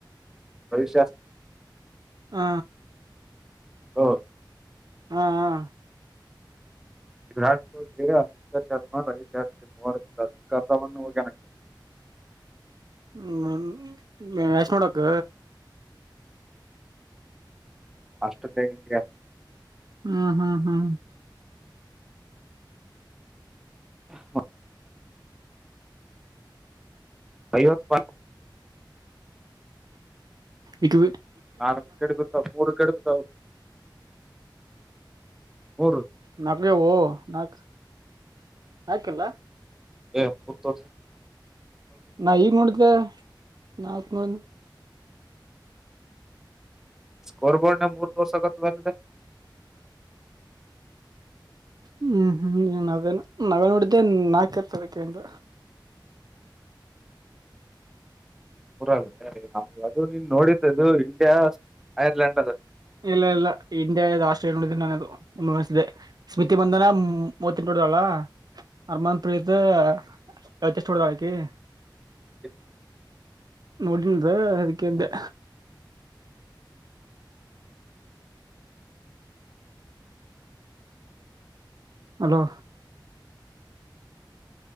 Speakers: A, in the centre; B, on the right.
A: ಭವಿಷ್ಯಸ್
B: ಹ
A: ಹಾ
B: ಹಾ ಹಾ
A: ವಿಾ್ ಚೌಧರಿಗೆ ಅಮಿತ್ ಶರ್ಮಾ ರವಿಶಾಸ್ತ್ರಿ ಮವಾರ್ ಬಂದ ಕಲ್ಲವನ್ನು ಹೋಗ್ಯ ನನಗೆ <unintelligible>
B: ಹ್ಮ ಮ್ಯಾಚ್ ಮಾಡೋಡಕ್
A: ಅಷ್ಟುಲ್ಲೇಗಯಾ
B: ಹ್ಮ್ ಹ್ಮ್ ಹ್ಮ್
A: ಹ <inaudible> ಕಯವತ್ತುಪ್ಪ
B: ಇಗ
A: ನಾಕ ಗಡಬಿತಾವ ಮೂರು ಕಡ್ಬಿತ ಅವರು ಮೂರು
B: ನಾಕ ನಾಕ್ ನಾಕಿಲ್ಲ
A: ಹ ಮುಹೂರ್ತ
B: ನಾ ಈಗ್ ನೋಡಿದ್ದೆ ನಾಲ್ಕ ನೋ
A: ಸ್ಕೋರ್ ಬೋರ್ಡ್ ನ ಮೂರ್ ದೋರ್ಸ್ ಆಗತದ ಅಲ್ಲ
B: ಹ್ಮ್ ಹ್ಮ್ ಏನ್ ಅದೇನು ನಾವ ನೋಡಿದ್ದೆ ನಾಕೈ ತಾರೀಕಿಂದ
A: ಪುರಲ್ಲ ಅದು ನೀನ್ ನೋಡಿದ್ದದು ಇಂಡಿಯಾ ಐರ್ಲೆಂಡ್ ಅದ
B: ಇಲ್ಲ ಇಲ್ಲ ಇಂಡಿಯಷ್ಟ ನೋಡ ನನೆ ಶ್ರುತಿ ಮಂದಾನ ಬಂದನ ಮೂವತ್ತ ನೋಡಲ್ಲ ಅರ್ಮನ್ ಪ್ರೀತ್ ಕಚ ಎಷ್ಟು ಹಡಕಿ
A: ಹ
B: ನೋಡಿನದ ಅದಕ್ಕೆ್ದೆ ಹಲೋ